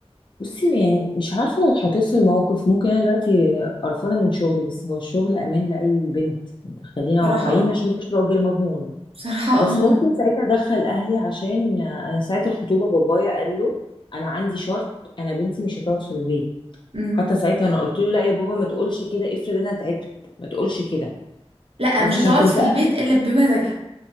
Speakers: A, on the left; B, on the right.
A: بصي يعني مش عارفه لو اتحطيت في الموقف ممكن انا دلوقتي قرفانه من شغلي بس هو الشغل امان لاي بنت خلينا
B: بصراحة
A: واقعيين
B: اه
A: عشان مفيش راجل مضمون
B: بصراحة
A: بس
B: اه
A: ممكن ساعتها ادخل اهلي عشان انا ساعه الخطوبه بابايا قال له انا عندي شرط انا بنتي مش هتقعد في البيت
B: <laughs> أمم.
A: حتى ساعتها انا قلت له لا يا بابا ما تقولش كده افرض انا تعبت ما تقولش كده
B: لأ
A: بس
B: مش
A: عشان
B: هتقعد
A: كنت
B: في البيت الا بمزاجها